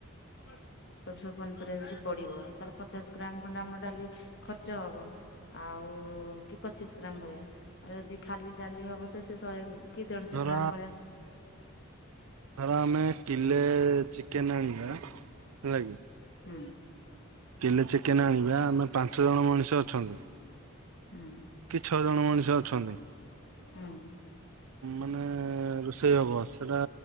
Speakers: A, on the left; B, on the right.
A: <unintelligible> ସବୁ ସବୁ ପନିପରିବା ଯଦି ପଡିବ, ତାହଲେ ପଚାଶ ଗ୍ରାମ ଖଣ୍ଡେ ଆମର ଡାଲି ଖର୍ଚ୍ଚ ହବ ଆଉ କି ପଚିଶ ଗ୍ରାମ ଭଳିଆ ଆଉ ଯଦି ଖାଲି ଡାଲି ହବ ତ ସେ ଶହେ କି ଦେଢ଼ଶହ
B: ଧର
A: ଗ୍ରାମ ଭଳିଆ।
B: ଧର ଆମେ କିଲେ ଚିକେନ ଆଣିବା ହେଲାକି,
A: ହୁଁ
B: କିଲେ ଚିକେନ ଆଣିବା। ଆମେ ପାଞ୍ଚ ଜଣ ମଣିଷ ଅଛନ୍ତି
A: ହୁଁ।
B: କି ଛଅ ଜଣ ମଣିଷ। ଅଛନ୍ତି,
A: ହୁଁ
B: ମାନେ ରୋଷେଇ ହବ ସେଟା